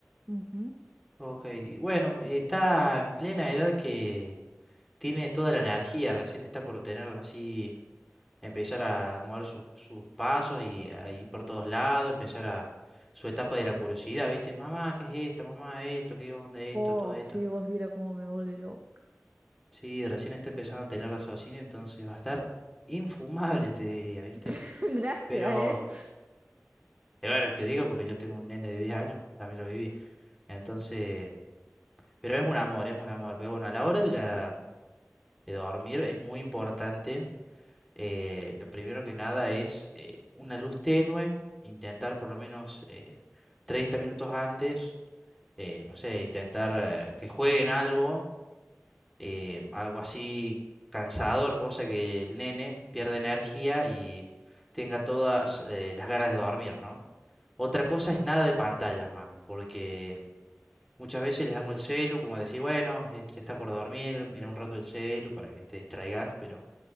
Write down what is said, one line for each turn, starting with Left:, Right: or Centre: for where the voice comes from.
Right: Ujú.
Centre: Ok, y bueno, está en plena edad que tiene toda la energía, recién está por tener así. empezar a mover sus, sus pasos y a ir por todos lados, empezar a su etapa de la curiosidad, ¿viste? Mamá, ¿qué es esto? Mamá, esto, ¿qué onda esto?
Right: Oh,
Centre: Todo esto.
Right: sí, vos viera cómo me vuelve loca.
Centre: Sí, recién está empezando a tener raciocinio, entonces va a estar infumable, te diría, ¿viste?
Right: <laughs>
Centre: Pero,
Right: Gracias, ¿eh?
Centre: eh, bueno, te digo porque yo tengo un nene de 10 años, también lo viví. Entonces, pero es un amor, es un amor. Pero bueno, a la hora de la, de dormir es muy importante eh, lo primero que nada es eh, una luz tenue, intentar por lo menos eh, 30 minutos antes, eh, no sé, intentar eh, que jueguen algo, eh, algo así cansador, cosa que el nene pierda energía y tenga todas eh, las ganas de dormir, ¿no? Otra cosa
Right: Ajá,
Centre: es nada de pantallas, mami, porque muchas veces les damos el celu, como decir, bueno, eh, ya está por dormir, mira un rato el celu para que te distraigas, pero...